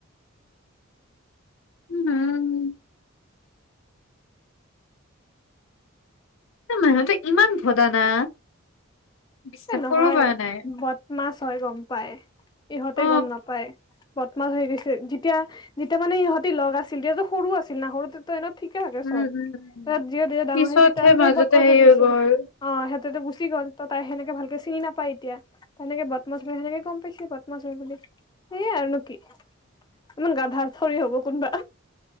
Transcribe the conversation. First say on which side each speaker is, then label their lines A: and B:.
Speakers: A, on the left; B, on the left.
A: উম মানুহ টো ইমান ভদা না বিশ্বাস
B: এ নহয়,
A: কৰিব পৰা নাই
B: বদমাছ তই গম পাই। ইহঁতে
A: অ।
B: গম নাপায়। মাছ হৈ গৈছে, যেতিয়া যেতিয়া মানে ইহঁতি লগ আছিল তেতিয়াতো সৰু আছিল না সৰুতেতো এনে থিকে থাকে
A: উম
B: চব,
A: উম উম।
B: তাত যিয়ে ডাঙৰ
A: পিছতহে
B: হৈ যেতিয়া যে
A: মাজতে
B: বদমাছ
A: হেৰি
B: হৈ গৈছে,
A: গ'ল
B: অ' সিহঁতো গুচি গ'ল। তাই সেনেকে ভালকে চিনি নাপায় এতিয়া, তেনেকে বদমাছ বুলিহে গ'ম পাইছে বদমাছ হৈ বুলি।। সেয় আৰ নো কি, ইমান গাধা ঠ'ৰে হ'ব কোনবা।